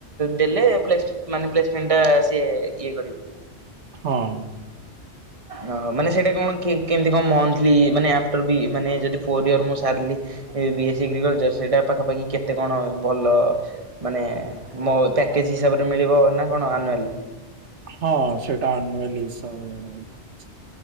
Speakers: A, on the right (about 30°); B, on the right (about 75°).
A: ଦେଲେ ପ୍ଲେସ ମାନେ ପ୍ଲେସମେଣ୍ଟ ଟା ସିଏ ଇଏ କରିବେ
B: ହଁ
A: ଓ ମାନେ ସେଇଟା କଣ କେମିତି କଣ ମନ୍ଥଲି ମାନେ ଆଫ୍ଟର ବି ମାନେ ଯଦି ଫୋର୍ ଇୟର ମୁଁ ସାରିଲି ଏ ବି ଏସ୍ ଏଗ୍ରିକଲଚର ସେଇଟା ପାଖାପାଖି କେତେ କଣ ଭଲ ମାନେ ମୋ ପ୍ୟାକେଜ୍ ହିସାବରେ ମିଳିବ ନା କଣ ଆନୁଆଲି
B: ହଁ ସେଇଟା ଆନୁଆଲି ହିସାବରେ ରହିବ